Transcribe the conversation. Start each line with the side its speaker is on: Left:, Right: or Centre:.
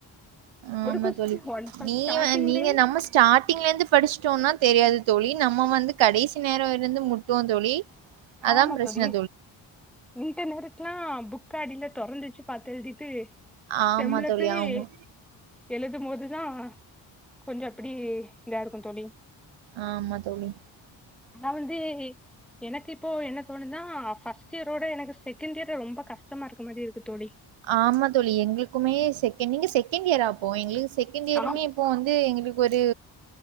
Right: ஆமா
Centre: ஒரு கொஸ்டின்
Right: தோழி
Centre: ஒன் ஃபஸ்ட்
Right: நீ
Centre: ஸ்டார்டிங்லே
Right: நீங்க நம்ம ஸ்டார்ட்டிங்லந்து படிஷ்ட்டோனா தெரியாது தோழி நம்ம வந்து கடைசி நேரோ வரைந்து முட்டுவோந் தோழி அதான்
Centre: ஆமா
Right: பிரச்சனை
Centre: தோழி இன்டனர்க்கெல்லா புக்க அடில தொறந்து வெச்சு பாத்து எழுதிட்டு
Right: ஆமா
Centre: செம்லப்
Right: தோழி
Centre: போய்
Right: ஆமா
Centre: எழுதும்போதுதான் கொஞ்சோ அப்டி இதா இருக்கு தோழி
Right: ஆமா தோழி
Centre: ஆனா வந்து எனக்கு இப்போ என்ன தோணுனா ஃபர்ஸ்ட் இயரோட செகண்ட் இயர் ரொம்ப கஷ்டமா இருக்கமாரி இருக்கு தோழி
Right: ஆமா தோழி எங்குளுக்குமே செக்கேண்டு நீங்க செக்கேண்டு இயர்ரா ஆப்போ எங்களுக்கு செகேண்டு இயருமே
Centre: ஆம்
Right: இப்போ வந்து எங்குளுக்கு ஒரு